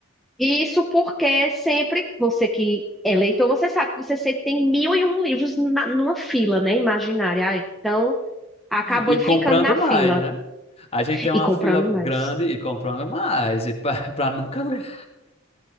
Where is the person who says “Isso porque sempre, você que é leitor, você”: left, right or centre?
Centre